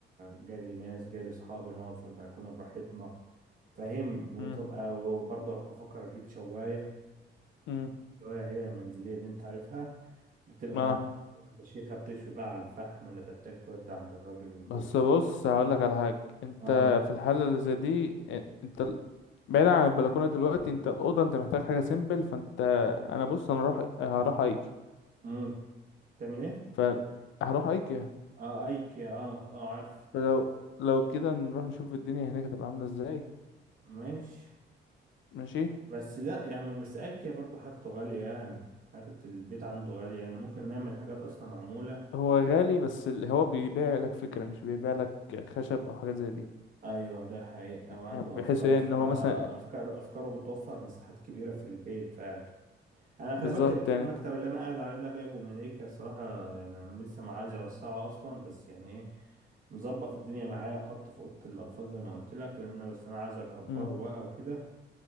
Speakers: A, on the right; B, on the left.
A: جاي لي ناس جاي لي صحابي نقعد في البلكونة براحتنا فاهم وتبقى
B: مم.
A: وبرضه بفكر اجيب شواية
B: مم.
A: شواية هي المنزلية دي انت عارفها بتبقى
B: ما
A: فشيخة بتشوي بقى على الفحم لا تحتاج تودي عند الراجل الكفتة
B: بس بص هقول لك على حاجه انت
A: اه
B: في الحاله اللي زي دي آه، انت ال- بعيد عن البلكونه دلوقتي انت الاوضه انت محتاج حاجه سيمبل فانت انا بص انا هروح هروح ايكيا
A: امم تعمل ايه؟
B: ف هروح ايكيا
A: اه ايكي اه اه عارف
B: فلو لو كده نروح نشوف الدنيا هناك هتبقى عامله ازاي
A: ماشي
B: ماشي
A: بس لا يعني بس اكيا برضو حاجته غالية يعني حاجة البيت عنده غالية يعني ممكن نعمل حاجات اصلا عمولة
B: هو غالي بس ال- هو بيبيع لك فكرة مش بيبيع لك خشب او حاجات زي دي
A: ايوه ده حقيقة
B: يعني
A: وعنده
B: بحيث
A: افكار
B: ايه
A: الصراحة
B: ان هو مثلا
A: افكار افكاره بتوفر مساحات كبيرة في البيت فعلا انا خلي
B: بالظبط
A: بالك المكتب
B: يعني انت
A: اللي انا قاعد عليه ده جايبه من ايكيا الصراحة يعني انا لسه ما عايز اوسعه اصلا بس يعني ايه مظبط الدنيا معايا وحطه في اوضة الاطفال زي ما قلت لك لان أنا- بس انا عايز اكبره
B: مم.
A: بقى وكده